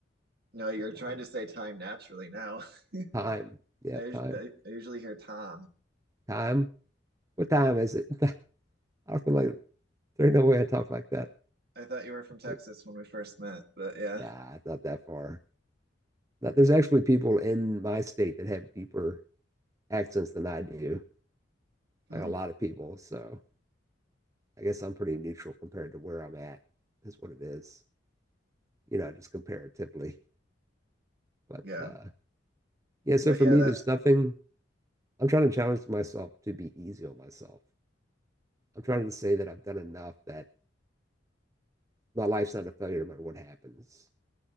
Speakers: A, on the right; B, on the right.
A: no, you're
B: Is
A: trying
B: that one?
A: to say time naturally now.
B: Time,
A: <laughs>
B: yeah,
A: I, us-
B: time,
A: I, I usually hear Tom.
B: time. What time is it? <laughs> I feel like there's no way I talk like that.
A: I thought you were from Texas
B: Like,
A: when we first met, but yeah.
B: nah, it's not that far. But there's actually people in my state that have deeper accents than I do,
A: Hmm.
B: like a lot of people. So I guess I'm pretty neutral compared to where I'm at, That's what it is, you know, just comparatively. But
A: Yeah.
B: uh, yeah, so
A: But
B: for
A: yeah,
B: me,
A: that
B: there's nothing, I'm trying to challenge myself to be easy on myself. I'm trying to say that I've done enough that my life's not a failure no matter what happens,